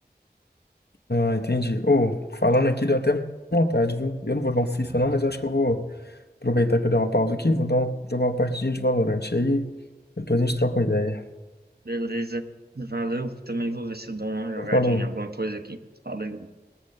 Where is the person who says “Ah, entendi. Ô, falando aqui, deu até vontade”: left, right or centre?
Left